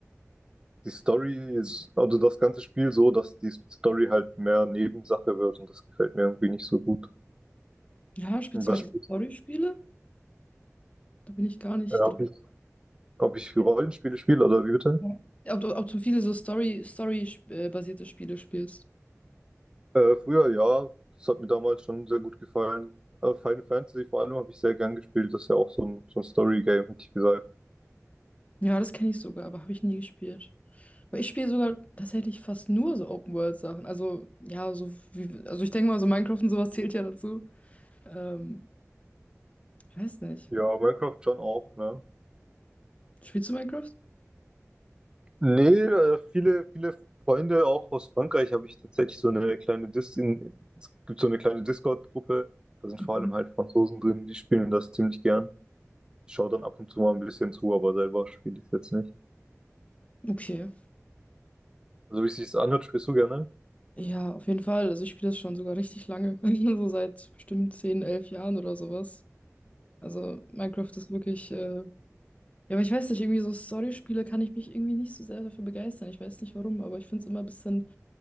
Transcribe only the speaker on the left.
Ja, spielst
du mehr
so Story-Spiele? Da bin ich gar nicht
drin.
Ja. Ob, du- ob du viele so Story, Story-basierte Spiele spielst.
Ja, das kenne ich sogar, aber habe ich nie gespielt. Aber ich spiele sogar tatsächlich fast nur so Open-World-Sachen. Also, ja, so wie, also ich denke mal, so Minecraft und sowas zählt ja dazu. Ähm, ich weiß nicht.
Spielst du Minecraft?
Mhm.
Okay.
Ja, auf jeden Fall. Also ich spiele das schon sogar richtig lange. <laughs> So seit bestimmt 10 11 Jahren oder sowas. Also Minecraft ist wirklich äh, Ja, aber ich weiß nicht, irgendwie so Storyspiele kann ich mich irgendwie nicht so sehr dafür begeistern. Ich weiß nicht warum, aber ich finde es immer ein bisschen